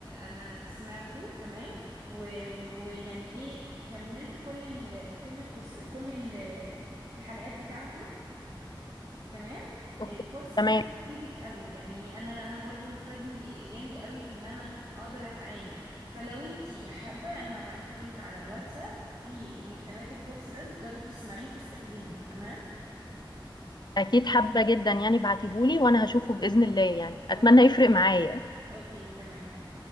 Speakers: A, on the right (about 45°); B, on the left (about 55°).
A: انا سمعته تمام و- ويعني ايه كملت كل ال كل الكورس كل ال الحلقات بتاعته تمام
B: أوكي،
A: الكورس ده
B: تمام
A: هيفيدك قوي يعني انا انا برضو فادني جامد قوي في ان انا اقدر اتعامل فلو انتي حابة انا هبعتلك لينك على الواتساب في محتويات الكورس ده تقدري تسمعيه وتستفيدي منه تمام
B: اكيد حابه جدا يعني بعتيهولي وانا هشوفه باذن الله يعني
A: خلاص
B: اتمنى يفرق
A: تمام
B: معايا
A: اوكي تمام